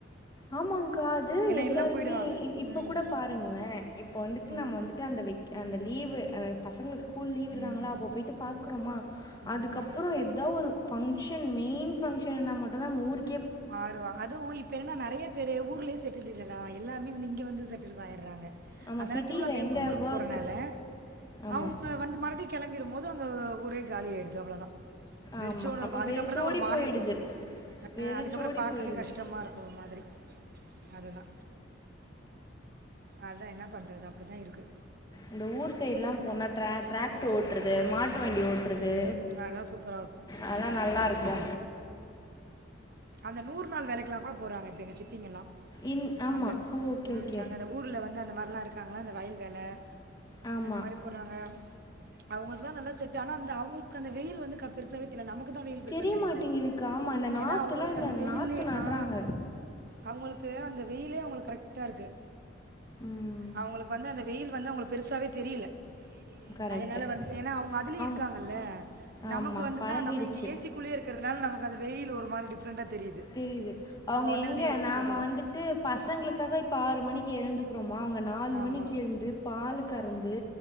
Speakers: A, on the left; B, on the right.
A: ஆமாங்கா அது எல்லாருமே
B: எல்லாம் போயிடுவாங்க
A: இ இப் இப்ப
B: ம்,
A: கூட பாருங்க்ளே இப்ப வந்துட்டு
B: ம்,
A: நம்ம வந்துட்டு அந்த வெக் அந்த லீவு அ பசங்க ஸ் ஸ்கூல் லீவ் விடுறங்களா
B: ம்,
A: அப்ப போயிட்டு பாக் க்குறோமா
B: ம்.
A: அதுக்கப்புரோ எதா ஒரு பங்ஷன் மெயின் பங்ஷன்ன மட்டுதா நாம ஊருக்
B: ஆயிருவா அதுவு இப்ப என்னா நெறையப் பேரு ஊர்லே செட்டில் இல்லடா எல்லாமே வந்து இங்கே வந்து செட்டில்வ் ஆயிட்றாங்க
A: ஆமா
B: அனால
A: சிட்டியில
B: திருவுலா டைமுக்கு
A: எங்க
B: ஊருக்கு
A: ஒர்க்.
B: போறனால
A: ஆமா,
B: அவுங்க வந்து மறுப்டியு கெளம்பிடும்போது அங்க ஊரே காலியாய்டுது அவ்ளோதா வெறிச்சோன்னு
A: ஆமா.
B: இருக்ககோ
A: அப்ப
B: அதுக்கப்புறோ
A: வெறிச்சோடி
B: தா ஒரு மாரி
A: போயிடுது.
B: இருக்கு
A: வெறிச்சோடி
B: அ அக்கப்புறோ பாக்கவே
A: போயிடுது.
B: கஷ்டமா இருக்கோ ஒரு மாதிரி அதுதா அதா என்ன பண்றது அப்டிதா இருக்கு
A: இந்த ஊர் சைட்லா போனா டிரா டிராக்டு ஓட்டுறது மாட்டு வண்டி ஓட் றது
B: ம் அதெல்லாம் சூப்பராக இருக்கும்
A: அதுலா நல்லா இருக்கு
B: அந்த நூறு நாள் வேலைக்கெல்லா கூட போறாங்க இப்ப எங்க சித்திங்கல்லா
A: இன் ஆமா.
B: அங்க
A: ஓகே,
B: ம்
A: ஓகே.
B: அங்க அந்த ஊர்ல வந்து அந்த மார்லா இருக்காங்களா அந்த வயல் வேல
A: ஆமா.
B: அந்த மாரி போட்றாங்க அவங்களுக்குதா நல்லா செட் ஆனா அந்த அவங்களுக்கு அந்த வெயில் வந்து க பெருசாவே தெர்ல நமக்குதா வெயில் பெருசா
A: தெரியமாட்டேங்குதுக்கா.
B: தெரியுது
A: ஆமா, இந்த நாத்துலாம்
B: ஏன்னா அவுங் களுக்கு
A: இந்த
B: அந்த வெயிலு
A: நாத்து நடுறாங்க.
B: ஆ அவுங்களுக்கு அந்த வெயிலே அவுங்களுக்கு கரெக்டா இருக்கு
A: ம்.
B: அவுங்களுக்கு வந்து அந்த வெயில் வந்து அவங்களுக்கு பெருசாவே தெரியில
A: கரெக்ட்டு.
B: அதனால வந்து ஏனா அவுங்க அதுலே இருக்காங்கல்ல
A: அங்
B: நமக்கு
A: ஆமா,
B: வந்துதா
A: பழகிடுச்சு.
B: நம்ம இங்க ஏசி குள்ளே இருக்கிறதுனால நமக்கு அது வெயில் ஒரு மாரி டிப்ரண்டா தெரியுது
A: தெரியிது அவுங்க
B: உடனே
A: எங்க
B: வந்து ஏசி
A: நாம
B: போட்டுறோம்
A: வந்துட்டு பசங்ளுக்காக இப்ப ஆறு மணிக்கு எழுந்துக்றோமா அவுங்க நாலு
B: ஆமாம்
A: மணிக் எழுந்து பாலு கறந்து